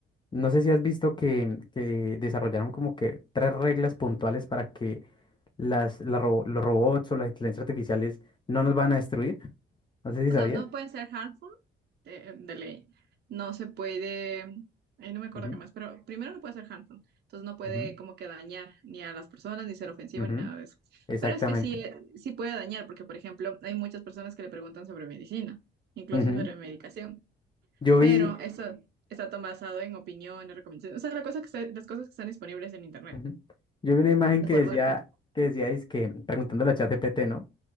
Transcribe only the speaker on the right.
O
sea, no pueden ser harmful de, de ley. No se puede, ahí no me acuerdo
qué más, pero primero no puede ser harmful. Entonces no puede
como que dañar ni a las personas, ni ser ofensivo,
ni nada de eso.
Pero es que sí, eh, sí puede dañar, porque por ejemplo, hay muchas personas que le preguntan sobre medicina, incluso
sobre medicación.
Pero
eso está todo basado en opiniones, recomendaciones. O sea, la cosa que está- las cosas que están disponibles en internet
de
forma
gratuita.